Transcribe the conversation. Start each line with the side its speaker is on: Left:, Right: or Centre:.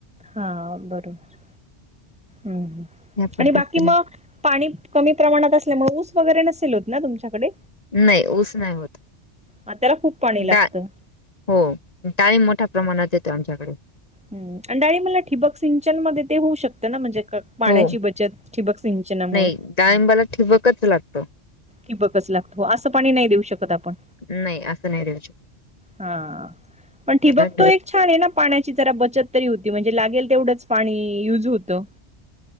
Centre: हा बरोबर हम्
Left: या पद्धतीने
Centre: आणि बाकी मग. पाणी कमी प्रमाणात असल्यामुळे ऊस वगैरे नसेल होत ना तुमच्याकडे.
Left: नाही ऊस नाही होत.
Centre: त्याला खूप पाणी लागतं.
Left: डाळ हो टाळीम मोठ्या प्रमाणात येते आमच्याकडे.
Centre: ह अंडाळी मला ठिबक सिंचन मध्ये ते होऊ शकतं ना म्हणजे. पाण्याची
Left: हो
Centre: बचत ठिबक सिंचनामुं
Left: नाही डाळिंबाला ठिबकच लागतं
Centre: कि बघच लागतो असं पाणी नाही देऊ शकत आपण.
Left: नाही असशं नाही देऊ शकत.
Centre: हा पण ठिबकतो
Left: त्याला
Centre: एक छान आहे ना पाण्याची जरा बचत तरी होती म्हणजे लागेल तेवढंच पाणी युज होतं.